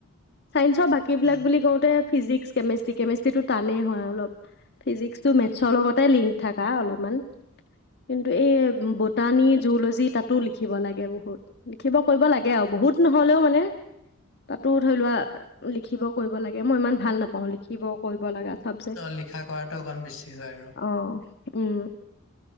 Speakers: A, on the left; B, on the left.
A: ছাইন্সৰ বাকীবিলাক
B: অ
A: বুলি কওঁতে ফিজিক্স কেমেষ্ট্ৰি কেমেষ্ট্ৰিটো টানেই হয় অলপ ফিজিক্সটো মেথছৰ লগতে লিংক থাকা অলপমান কিন্তু এই বুটানী জুলজি তাতো লিখিব লাগে বহুত লিখিব কৰিব লাগে আৰু বহুত নহ'লেও মানে তাতো। ধৰি লোৱা লিখিব কৰিব লাগে মই ইমান ভাল নাপাওঁ লিখিব কৰিব লগা। চাবজেক্ট
B: লিখা কৰাটো অকণমান বেছি হয় আৰু।
A: অ উম।